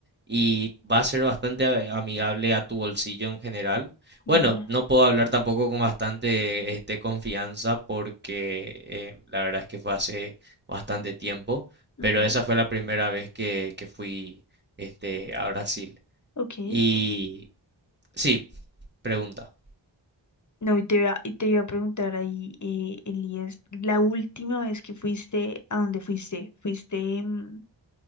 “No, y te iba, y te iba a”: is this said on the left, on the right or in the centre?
Left